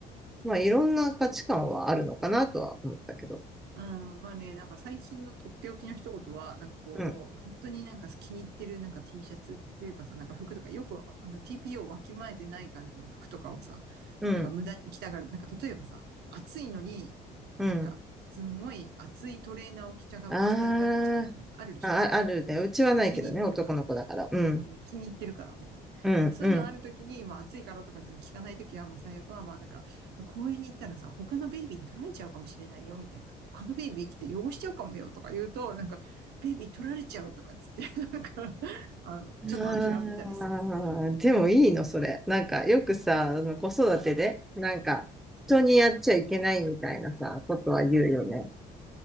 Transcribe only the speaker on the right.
うん、まあね、なんか最近のとっておきの一言は、なんかこう、
本当になんか気に入ってるなんか T シャツっていうかさ、なんか服とか、よくあの TPO をわきまえてない感じの服とかをさ、
なんか無駄に着たがる。なんか例えばさ、暑いのに、
なんかすんごい暑いトレーナーを着たが、
着たがっちゃうみたいな、あるでしょ
気に入ってるから。
うん、気に入ってるから、みたいな。
でそういうのあるときに、
まあ暑いからとかっても聞かないときは、まあ最悪は、まあなんか、公園に行ったらさ、他のベイビーに取られちゃうかもしれないよ、みたいな。他のベイビー来て汚しちゃうかもよ、とか言うと、なんか、ベイビー取られちゃうとかっつって、<laughs> なんか、あの、ちょっと諦めたりするよね。